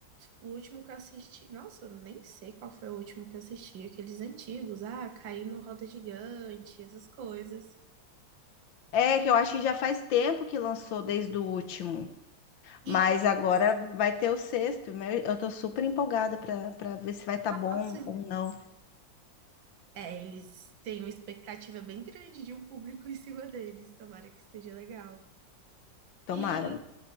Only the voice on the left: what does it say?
É, que eu acho que já faz tempo que lançou desde o último.
Mas agora vai ter o sexto, né? Eu tô super empolgada para para ver se vai estar
bom ou não.
Tomara.